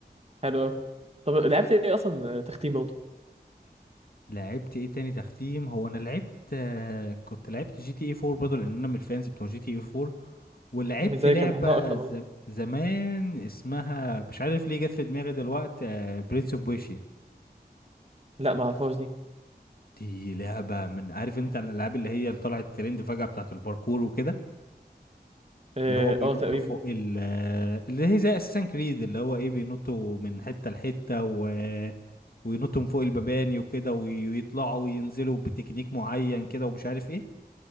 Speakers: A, on the right; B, on the left.
A: حلو قوي طب لعبت ايه اصلا آه، تختيم برضه
B: لعبت ايه تاني تختيم هو انا لعبت آه، كنت لعبت جي تي اي 4 برضه لان انا من الفانز بتوع جي تي اي 4 ولعبت
A: مش زي
B: لعبه
A: كان بحبها اكتر
B: ز...
A: عموما
B: زمان اسمها مش عارف ليه جت في دماغي دلوقتي برنس اوف بيشيا
A: لا ما اعرفهاش دي
B: دي لعبه من عارف انت الالعاب اللي هي اللي طلعت ترند فجاه بتاعت الباركور وكده
A: اه
B: اللي هو بينط
A: آه، تقريبا
B: فوق ال اللي هي زي اساسن كريد اللي هو ايه بينطوا من حته لحته و... وينطوا من فوق المباني وكده وي- ويطلعوا وينزلوا بتكنيك معين كده ومش عارف ايه